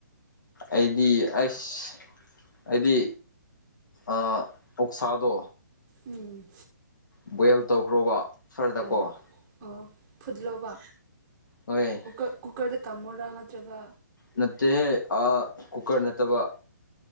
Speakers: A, on the left; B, on the right.
A: ꯑꯩꯗꯤ ꯑꯁ ꯑꯩꯗꯤ ꯑꯥ ꯑꯣꯛꯁꯥꯗꯣ
B: ꯎꯝ
A: ꯕꯣꯏꯜ ꯇꯧꯈ꯭ꯔꯣꯕ ꯐꯔꯗꯀꯣ
B: ꯑꯣ ꯑꯣ ꯐꯨꯠꯂꯣꯕꯥ
A: ꯍꯣꯏ
B: ꯀꯨꯀꯔ ꯀꯨꯀꯔꯗ ꯀꯥꯝꯃꯣꯔꯥ ꯅꯠꯇ꯭ꯔꯒ
A: ꯅꯠꯇꯦꯍꯦ ꯀꯨꯀꯔ ꯅꯠꯇꯕ